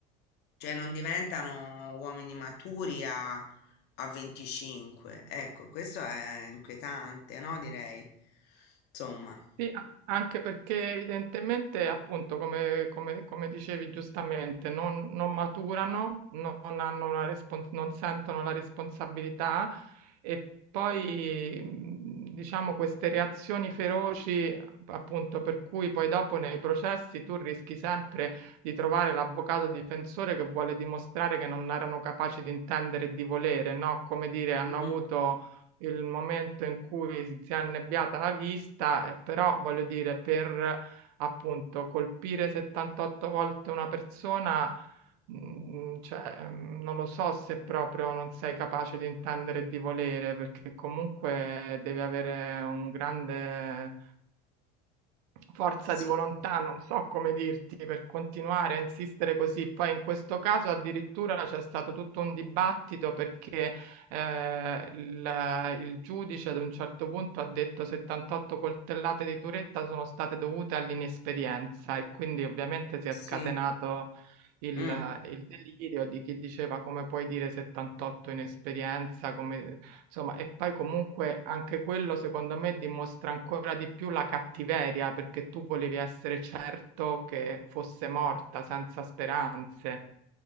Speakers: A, on the left; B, on the right.
A: cioè non diventano uomini maturi a, a 25. Ecco, questo è inquietante, no? Direi. Insomma.
B: Sì, a- anche perché evidentemente, appunto, come, come- come dicevi giustamente, non, non maturano, non hanno una respons- non sentono la responsabilità e poi, mh, diciamo, queste reazioni feroci, appunto, per cui poi dopo nei processi tu rischi sempre di trovare l'avvocato difensore che vuole dimostrare che non erano capaci di intendere e di volere, no? Come dire, hanno
A: Mm,
B: avuto il momento in cui si si è annebbiata la vista, eh, però voglio dire, per appunto colpire 78 volte una persona, mh, cioè, mh, non lo so se proprio
A: mm,
B: non sei capace di intendere e di volere, perché comunque devi avere un grande forza
A: Sì.
B: di volontà, non so come dirti, per continuare a insistere così. Poi in questo caso addirittura c'è stato tutto un dibattito perché eh, il, il giudice ad un certo punto ha detto 78 coltellate di Turetta sono state dovute all'inesperienza e quindi ovviamente si
A: Sì,
B: è scatenato il,
A: mm,
B: il delirio di chi diceva come puoi dire 78 inesperienza, come, insomma, e poi comunque anche quello secondo me dimostra ancora di più la cattiveria, perché tu volevi essere certo che fosse morta senza speranze.